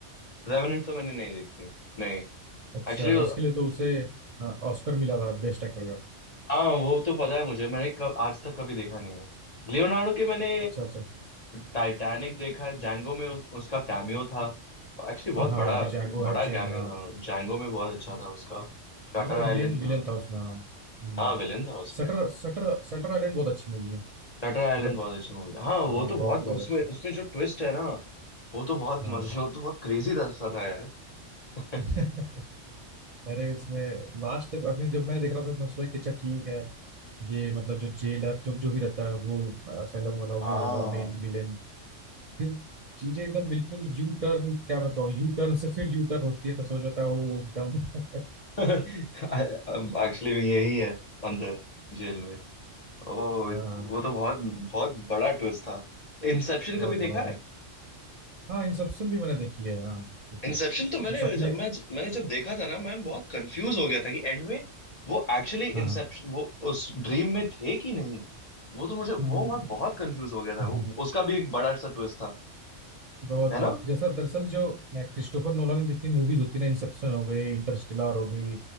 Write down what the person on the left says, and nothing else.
रेवेनेंट तो मैंने नहीं देखी नहीं
एक्चुअली
हाँ वो तो पता है मुझे मैंने कब आज तक कभी देखा नहीं है लियोनार्डो के मैंने
टाइटैनिक देखा है, जैंगो में उस, उसका कैमियो था एक्चुअली बहुत
बड़ा
बड़ा
कैमियो
था जैंगो में बहुत अच्छा था उसका शटर
आइलैंड
था
हाँ विलन था उसमें
शटर
आइलैंड बहुत अच्छी मूवी हाँ
वो तो
बहुत
उसमें
उसमें जो ट्विस्ट है ना वो तो बहुत
मजे वो तो बहुत क्रेजी सा था यार
<laughs>
हाँ
<laughs> एक्चुअली यही है अंदर जेल में ओ
वो तो बहुत बहुत बड़ा ट्विस्ट था इंसेप्शन कभी
देखा
है
इंसेप्शन
तो मैंने
जब मैं मैंने जब देखा था ना मैं बहुत कंफ्यूज हो गया था कि एंड में वो एक्चुअली
इंसेप्शन
वो उस ड्रीम में थे कि नहीं वो तो मुझे
वो मैं बहुत कंफ्यूज हो गया था
वो
उसका भी एक बड़ा सा ट्विस्ट था
है
ना